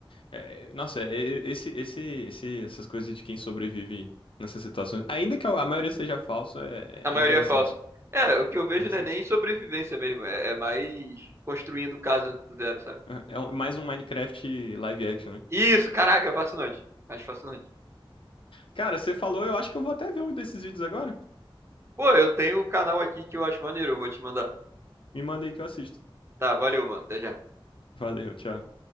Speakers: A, on the left (about 70°); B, on the right (about 30°).
A: É, nossa, é, é, esse, esse, esse, essas coisas de quem sobrevive nessas situações, ainda que a a maioria seja falsa, é,
B: A maioria
A: é interessante.
B: é falso. É, o que eu vejo
A: Interessante.
B: não é nem sobrevivência mesmo, é, é mais construindo casa do zero, sabe?
A: É é um- mais um Minecraft live action, né?
B: Isso, caraca, é fascinante. Acho fascinante.
A: Cara, você falou, eu acho que eu vou até ver um desses vídeos agora.
B: Pô, eu tenho o canal aqui que eu acho maneiro, eu vou te mandar.
A: Me manda aí que eu assisto.
B: Tá, valeu, mano. Até já.
A: Valeu, tchau.